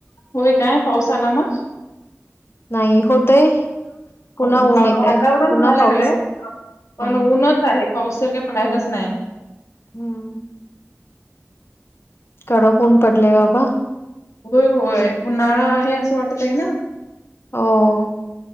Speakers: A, on the left; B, on the left.
A: होय काय पाऊस आला मग?
B: नाही होतय. पुन्हा
A: हो
B: ऊन येतय.
A: वातावरण
B: पुन्हा
A: व्हायला
B: पाऊस.
A: लागलंय पण
B: हा
A: ऊनच आहे. पाऊससारखे पडायलाच नाही.
B: हम्म कडक ऊन. पडलंय बाबा
A: होय होय. उन्हाळा आहे असं वाटत आहे ना?
B: हो.